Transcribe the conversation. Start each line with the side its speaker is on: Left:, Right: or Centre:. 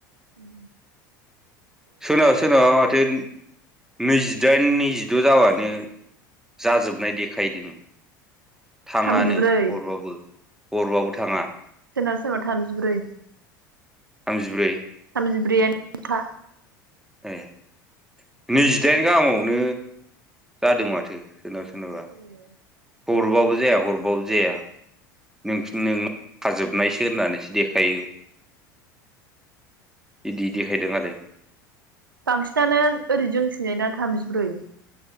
Right: ओम
Centre: सोरनब सोनाबा माथो नैजिदाइन नैजिद' जावनो जाजोबनाय देखायदों थाङानो
Right: थामजिब्रै
Centre: हरबाबो हरबाबो थाङा
Right: सोरनाब सोरनाव थामजिब्रै
Centre: थामजिब्रै
Right: जि ब्रै आनोथा
Centre: ह नैजिदाइन गाहामावनो जादों माथो सोरनाबा सोरनाबा
Right: ओ
Centre: हरबाबो जाया हरबाबो जाया नों नों खाजोबनायसो होननानैसो देखायो बिदि देखायदों आरो
Right: बांसिनानो ओरै जोंनिथिजायना थामजिब्रै